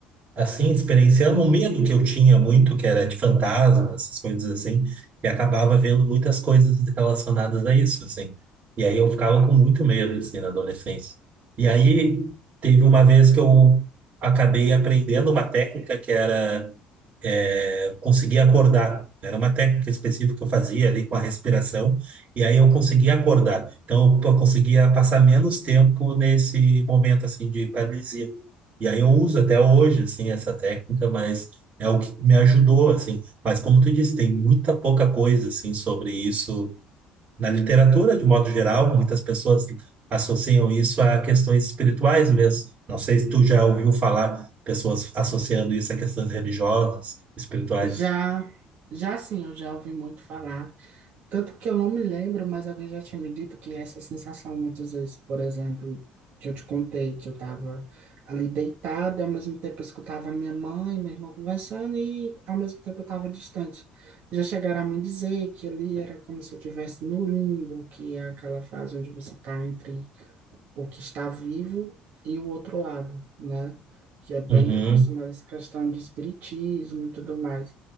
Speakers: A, on the right; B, on the right.
A: assim, experienciando um medo que eu tinha muito, que era de fantasma, essas coisas assim, e acabava vendo muitas coisas relacionadas a isso, assim. E aí eu ficava com muito medo, assim, na adolescência. E aí teve uma vez que eu acabei aprendendo uma técnica que era é, conseguia acordar. Era uma técnica específica que eu fazia ali com a respiração, e aí eu conseguia acordar. Então, eu conseguia passar menos tempo nesse momento, assim, de paralisia. E aí eu uso até hoje, assim, essa técnica, mas é o que me ajudou, assim. Mas como tu disse, tem muita pouca coisa, assim, sobre isso na literatura, de modo geral, muitas pessoas associam isso a questões espirituais mesmo. Não sei se tu já ouviu falar pessoas associando isso a questões religiosas, espirituais.
B: Já, já sim, eu já ouvi muito falar. Tanto que eu não me lembro, mas alguém já tinha me dito que essa sensação, muitas vezes, por exemplo, que eu te contei, que eu estava ali deitada, e ao mesmo tempo eu escutava a minha mãe, meu irmão conversando, e ao mesmo tempo eu estava distante. Já chegaram a me dizer que ali era como se eu estivesse no limbo, que é aquela fase onde você está entre o que está vivo e o outro lado, né? Que é bem
A: Uhum.
B: relacionado a essa questão de espiritismo e tudo mais.